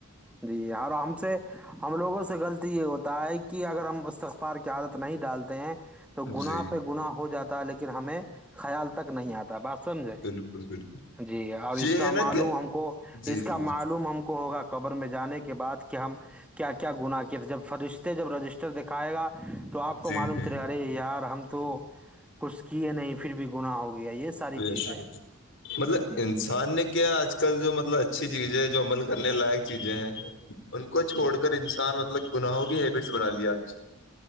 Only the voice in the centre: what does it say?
جی اور ہم سے ہم لوگوں سے غلطی یہ ہوتا ہے کہ اگر ہم ار کی عادت نہیں ڈالتے ہیں تو گنااہ
پہ گنا ہو جاتا لیکن ہمیں خیال تک نہیں آتا بات سمجھے
جی اور
اس کا
معلوم
ہم کو
اس
کا معلوم ہم کو ہوگا قبر میں جانے کے بع کہ ہم کیا کیا گنا کیا جب فرشتے جب رجسٹر دیک کاائے گہ تو آپ کو
معلوم
چلے ارے یار ہم تو تو کچھ کیے نہیں پھر بھی گنااہ ہوگیا تویا یہ ساری
چیزیں
جی